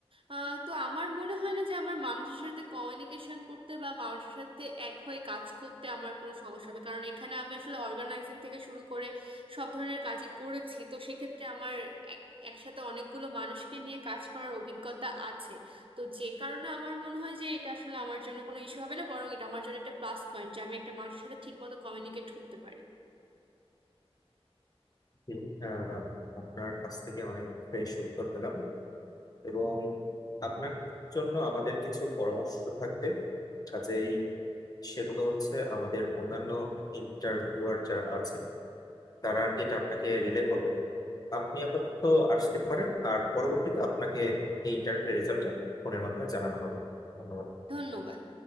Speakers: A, on the right (about 60°); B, on the left (about 40°).
A: আহ, তো আমার মনে হয় না যে আমার মানুষের সাথে কমিউনিকেশন করতে বা মানুষের সাথে এক হয়ে কাজ করতে আমার কোনো সমস্যা হবে কারণ এখানে আমি আসলে অর্গানাইজিং থেকে শুরু করে সব ধরনের কাজই করেছি তো সেক্ষেত্রে আমার এক- একসাথে অনেকগুলো মানুষকে নিয়ে কাজ করার অভিজ্ঞতা আছে তো যে কারণে আমার মনে হয় যে এটা আসলে আমার জন্য কোনো ইস্যু হবে না বরং এটা আমার জন্য একটা প্লাস পয়েন্ট যে আমি একটা মানুষের সাথে ঠিকমতো কমিউনিকেট করতে পারি
B: জি। আহ, আপনার কাছ থেকে অনেক ফ্রেশ উত্তর পেলাম এবং আপনার জন্য আমাদের কিছু পরামর্শ থাকবে কাজেই সেগুলো হচ্ছে আমাদের অন্যান্য ইন্টারভিউয়ার যারা আছেন তারা আর কি এটা আপনাকে রিলে করবে আপনি আপাতত আসতে পারেন আর পরবর্তীতে আপনাকে এই ইন্টারভিউ রেজাল্টটা ফোনের মাধ্যমে জানানো হবে ধন্যবাদ
A: ধন্যবাদ